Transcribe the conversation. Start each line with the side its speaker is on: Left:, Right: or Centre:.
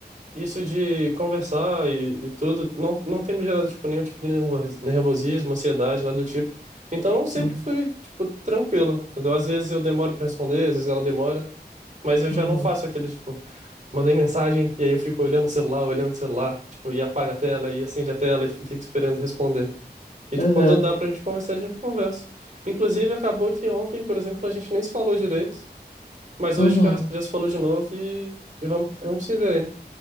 Right: Isso de conversar e, e tudo não, não tem me gerado, tipo, nenhum tipo de nervo- nervosismo, ansiedade, nada do tipo. Então, eu sempre
Left: Uhum,
Right: fui, tipo, tranquilo, entendeu? Às vezes eu demoro para responder, às vezes ela demora, mas eu já
Left: uhum,
Right: não faço aquele, tipo, mandei mensagem e aí eu fico olhando o celular, olhando o celular, tipo, e apaga a tela e acende a tela e fi- fico esperando responder. E,
Left: aham,
Right: tipo, quando dá pra gente conversar, a gente conversa. Inclusive, acabou que ontem, por exemplo, a gente nem se falou direito, mas
Left: uhum,
Right: hoje já, já se falou de novo e, e vamos, vamos se ver aí.